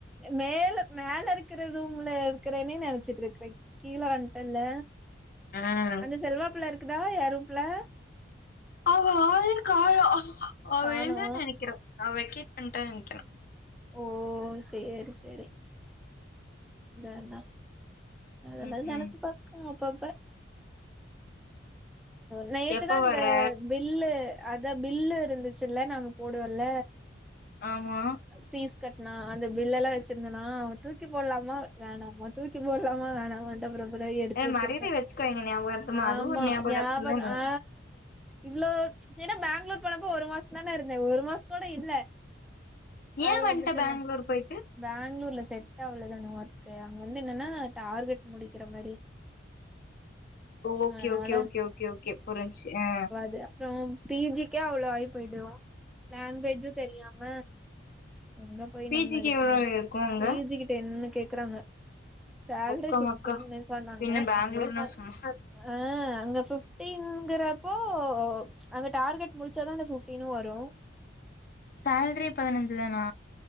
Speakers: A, in the centre; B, on the left.
A: மேல மேல இருக்கிற ரூம்ல இருக்கறேனே நெனச்சிட்டு இருக்கறேங் கீழே வந்டல்ல
B: ம்
A: அந்த செல்வாப்புள்ள இருக்குதா ஏ ரூம் குள்ள
B: அவள் ஆளே கானோ அவ
A: காணோ
B: இல்லனு நெனைக்கிறே வெக்கேட் பண்ணிட்டா நெனைக்கிறே
A: ஓ செரி செரி தெனா அதெல்லா
B: ம்
A: நெனச்சு
B: ம்
A: பாக்க அப்பப்ப நேத்துதா
B: எப்ப
A: இந்த
B: வர்ற
A: பில்லு அதா பில்லு இருந்துச்சுல்ல நம்ம போடுவோல்ல
B: ஆமா
A: பீஸ் கட்டுனா அந்த பில்ல எல்லா வச்சிருந்தோனா அத தூக்கி போட்லாம வேணாமா தூக்கி போட்லாமா வேணாமான்டு அப்புற கூட எடுத்து
B: ஏ
A: வச்சிருக்கே
B: மரியாதைய வச்சுக்கோங்க ஞாபகார்த்தமா
A: ஆமா
B: அதுவு ஒரு ஞாபகார்த்தம்
A: நியாபகோ
B: தானே
A: ஆ இவ்ளோ ஏன்னா பெங்களூர் போனப்போ ஒரு மாசோந் தான இருந்தே ஒரு மாசங்கூட இல்ல
B: ஏ
A: அது
B: வந்ட்ட
A: வந்துட்டே
B: பேங்களூர்
A: நா
B: போயிட்டு
A: பேங்களூர்ல செட் ஆகலதானு ஒர்க்கு அங்க வந்து என்னன்னா டார்கெட் முடிக்கிற மாரி <inaudible>
B: ஓகே
A: அதனால
B: ஓகே ஓகே ஓகே ஓகே புரிஞ்சு அ
A: து அப்றோ பி ஜி க்கே அவ்ளோ ஆகி போய்டு லாங்வேஜு தெரியாம எங்க போய்
B: பி
A: நம்ம
B: ஜிக்கு
A: இது
B: எவ்ளோ
A: பண்ணோ
B: இருக்கு அங்க
A: பி ஜி கிட்ட என்னு கேக்குறாங்க சேல்ரி
B: ஒக்க
A: பிஃப்டீன்
B: மக்கா
A: சொன்னாங்க
B: பின்ன பேங்களூர்னா
A: அத்
B: சும்மா
A: அ அங்க பிஃப்டிங்கிறப்போ அங்க டார்கெட் முடுச்சாதா அந்த பஃபிப்டீனு வரும் <inaudible>
B: சேல்ரி பதினஞ்சு தானா